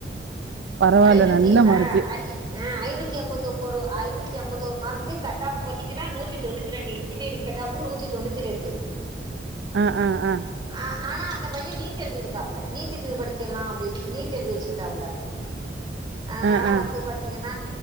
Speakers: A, on the right (about 85°); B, on the right (about 25°).
A: பரவால்ல
B: ஐநூத்தி
A: நல்ல
B: ஆ
A: மார்க்கு
B: ஐ ஆ ஐநூத்தி எம்பத்தொம்போ ஐநூத்தி எம்பத்தொரு மார்க்கு கட் ஆஃப் பாத்தீங்கன்னா நூத்தி தொண்ணூத்தி ரெண்டு இன்ஜினியரிங் கட் ஆஃபு நூத்தி தொண்ணூத்தி ரெண்டு
A: ஆ ஆ ஆ
B: ஆ ஆனா அந்த பைய நீட் எழுதிருக்காப்புல நீட்டுக்கு படிக்கலா அப்புடின்னு நீட் எழுதி வச்சிருக்காப்புல அதனால
A: ஆ ஆ
B: வந்து பாத்தீங்கன்